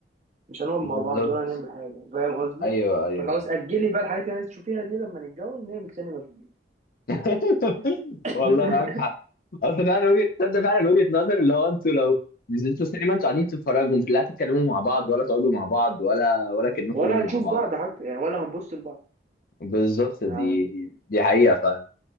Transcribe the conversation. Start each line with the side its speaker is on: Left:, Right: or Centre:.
Right: مش هنقعد
Left: بالظبط
Right: مع بعض ولا هنعمل حاجه فاهم قصدي
Left: ايوه ايوه
Right: فخلاص اجلي بقى الحاجات اللي عايز تشوفيها دي لما نتجوز نعمل سينما في البيت
Left: <laughs>
Right: <laughs>
Left: والله معاك حق اصل فعلا وجهه تصدق فعلا وجهه نظر اللي هو انتوا لو نزلتوا سينما انتوا قاعدين تتفرجوا مش لا تتكلموا مع بعض ولا تقعدوا مع بعض ولا ولا كأنكم
Right: ولا هنشوف
Left: مع بعض
Right: بعض حتى يعني ولا هنبص لبعض
Left: بالظبط
Right: يعني
Left: دي دي, دي حقيقه فعلا